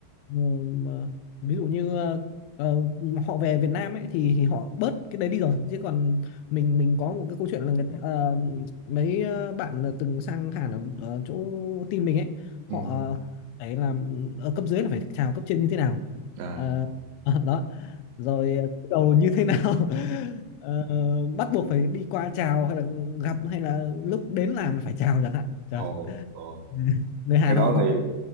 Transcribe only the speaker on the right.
Ừ.
À.
Ồ. Ồ.
Cái đó
thì